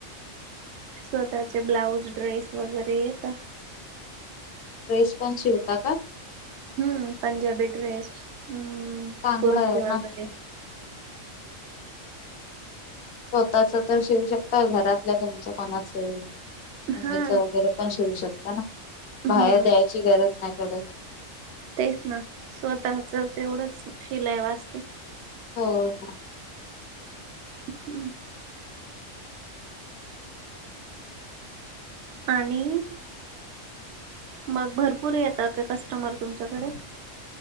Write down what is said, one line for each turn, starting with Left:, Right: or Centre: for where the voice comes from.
Right: स्वतः चे ब्लाऊज, ड्रेस वगैरे येत.
Left: ड्रेस पन शिवता का?
Right: हुं पंजाबी ड्रेस, हम्म
Left: चांगलं
Right: कुर्ती
Left: आहे
Right: वगैरे.
Left: ना स्वतःच तर शिवू शकता, घरातल्या तुमच कोणाच मम्मीच
Right: हा
Left: वगैरे पण शिवू शकता ना,
Right: हम्म
Left: बाहेर द्यायची गरज नाही पडत.
Right: तेच ना, स्वतःच तेवढंच शिलाई वाचते.
Left: हो हो.
Right: <inaudible> आणि मग भरपूर येतात का कस्टमर तुमच्याकडे?